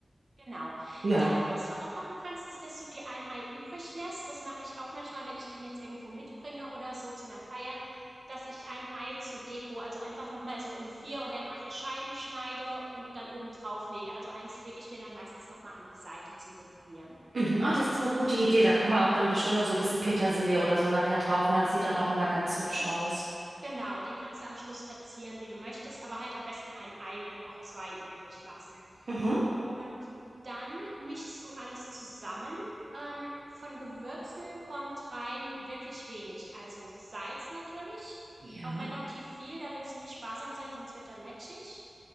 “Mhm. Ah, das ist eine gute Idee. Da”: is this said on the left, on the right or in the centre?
Right